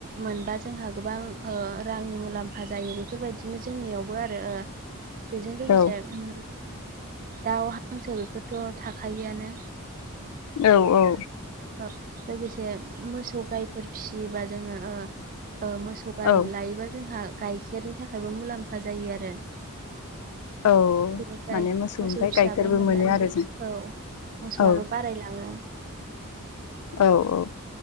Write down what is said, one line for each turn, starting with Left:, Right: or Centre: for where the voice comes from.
Right: मोनबा जोंहा गोबां ओ रांनि मुलाम्फा जायो बेफोरबायदिनो जोंनियावबो आरो ओ बेजों लोगोसे
Left: औ
Right: उम दाउ हांसो बेफोरथ' थाखायोआनो
Left: औ औ
Right: ओ लोगोसे मोसौ गायफोर फिसियोबा जोङो ओ ओ मोसौ गाइ
Left: औ
Right: लायोबा जोंहा गाइखेरनि थाखायबो मुलाम्फा जायो आरो
Left: औ
Right: बिनिफ्राय
Left: माने मोसौनिफ्राय
Right: मोसौ फिसा
Left: गाइखेरबो
Right: मोननानै
Left: मोनो आरो जों
Right: औ मोसौआबो
Left: औ
Right: बारायलाङो
Left: औ औ